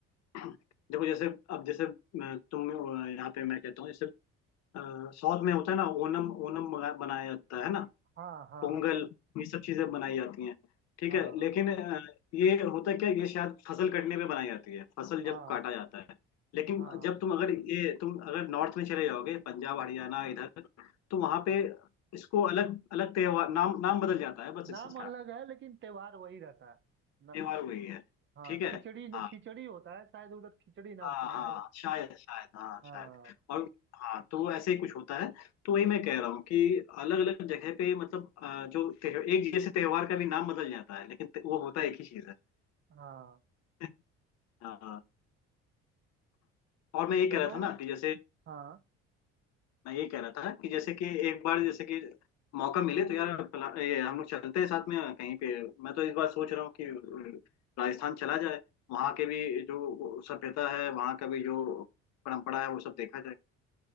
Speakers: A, on the left; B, on the right.
A: <clears throat> देखो जैसे अब जैसे अ, तुम अ, यहाँ पे मैं कहता हूँ जैसे अ, साउथ में होता है ना ओनम ओनम मना- मनाया जाता है ना
B: हाँ हाँ
A: पोंगल ये सब चीजें बनाई जाती हैं ठीक
B: हाँ
A: है लेकिन अ, ये होता क्या है, ये शायद फसल कटने पे बनाई जाती है फसल जब
B: हाँ
A: काटा जाता है लेकिन
B: हाँ
A: जब तुम अगर ये तुम अगर नॉर्थ में चले जाओगे पंजाब हरियाणा इधर तो वहां पे
B: हाँ
A: इसको अलग अलग त्योहार नाम नाम बदल जाता है बस
B: नाम
A: इसका
B: अलग है लेकिन त्योहार वही रहता है न,
A: त्योहार वही है
B: हाँ
A: ठीक है
B: खिचड़ी नहीं
A: हाँ
B: खिचड़ी होता है शायद उधर खिचड़ी नाम
A: हाँ
B: से मनाया
A: हाँ
B: जाता
A: शायद शायद हाँ
B: हाँ
A: शायद और हाँ तो वो ऐसे ही कुछ होता है तो वही मैं कह रहा हूँ कि अलग अलग जगह पे मतलब अ, जो त्योह- एक जैसे त्योहार का भी नाम बदल जाता है लेकिन ते- वो होता एक ही चीज है
B: हाँ
A: <laughs> हाँ और मैं ये
B: चलो
A: कह रहा था ना कि जैसे
B: हाँ
A: मैं ये कह रहा था कि जैसे कि एक बार जैसे कि मौका मिले तो यार प्ला- ये हम लोग चलते हैं साथ में कहीं पे मैं तो इस बार सोच रहा हूँ कि राजस्थान चला जाए वहाँ के भी जो सभ्यता है वहाँ का भी जो परंपरा है वो सब देखा जाए